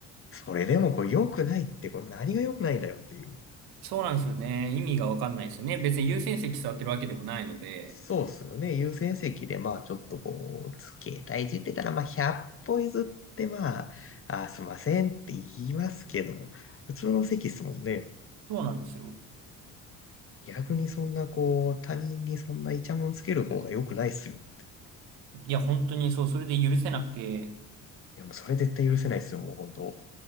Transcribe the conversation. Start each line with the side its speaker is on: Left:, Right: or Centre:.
Left: それでもこう良くないって、これ何が良くないんだよっていう。
Right: そうなんですよね。意味がわかんないですよね。別に優先席座ってるわけでもないので。
Left: そうっすよね。優先席で、まあちょっとこう、携帯いじってたら、まあ100歩譲って、まあ、あーすいませんって言いますけど、普通の席っすもんね。
Right: そうなんですよ。
Left: 逆にそんなこう、他人にそんなイチャモンつける方が良くないっすよって。い
Right: いや、本当にそう、それで許せなくて、
Left: や、もうそれ絶対許せないっすよ、もう本当。